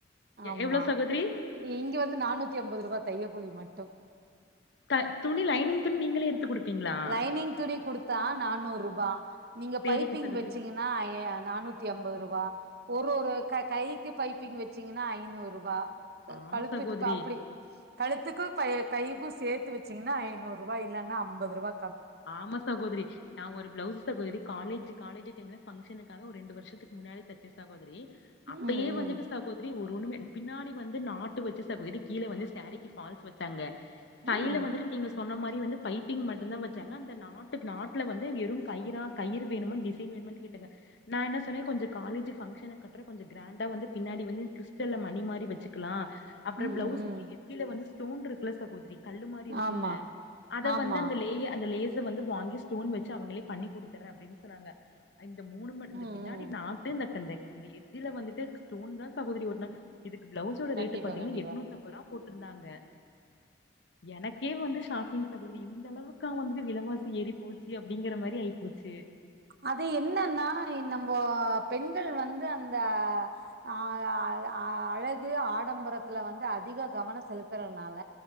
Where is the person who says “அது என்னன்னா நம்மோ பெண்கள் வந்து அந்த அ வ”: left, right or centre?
Right